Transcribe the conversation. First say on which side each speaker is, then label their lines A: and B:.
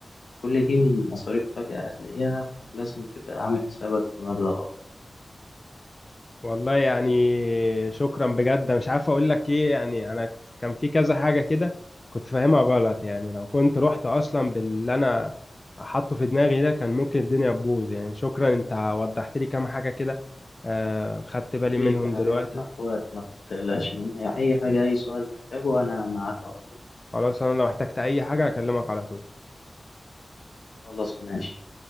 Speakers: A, on the left; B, on the left.
A: كل دي مصاريف فجأة هتلاقيها فلازم تبقى عامل حسابك في مبلغ أكتر
B: والله يعني شكرا بجد مش عارف اقول لك ايه يعني انا ك- كان في كذا حاجه كده كنت فاهمها غلط يعني لو كنت رحت اصلا باللي انا حاطه في دماغي ده كان ممكن الدنيا تبوظ يعني شكرا انت وضحت لي كام حاجه كده آه خدت بالي
A: حبيبي
B: منهم
A: حبيبي
B: دلوقتي
A: إحنا إخوات ما تقلقش من أي أي حاجة أي سؤال تحتاجه أنا معاك على طول
B: خلاص انا لو احتجت اي حاجه اكلمك على طول
A: خلاص ماشي